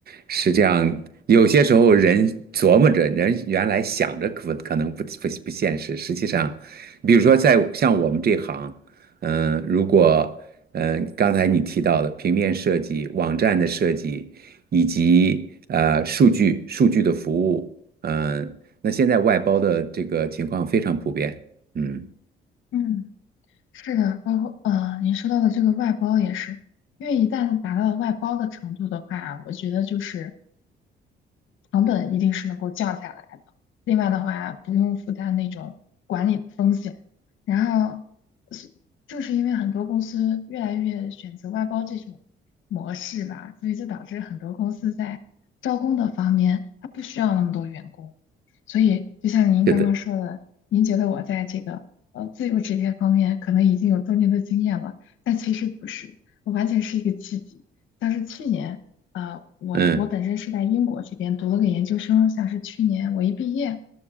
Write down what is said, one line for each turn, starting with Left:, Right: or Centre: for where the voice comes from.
Right: 实际上有些时候人琢磨着，人原来想着可可能不不不现实，实际上，比如说在像我们这行。嗯，如果嗯呃刚才你提到的平面设计、网站的设计，以及呃数据数据的服务，嗯，那现在外包的这个情况非常普遍。嗯，
Left: 嗯。是的，包括呃，您说到的这个外包也是，因为一旦达到外包的程度的话，我觉得就是成本一定是能够降下来的。另外的话，不用负担那种管理的风险。然后，是正是因为很多公司越来越选择外包这种模式吧，所以就导致很多公司在招工的方面，它不需要那么多员工。所以，就像您刚刚说的，
Right: 对的，
Left: 您觉得我在这个呃自由职业方面可能已经有多年的经验了，但其实不是，我完全是一个契机。像是去年。呃，我我本身是在英国这边读了个研究生，
Right: 嗯，
Left: 像是去年我一毕业，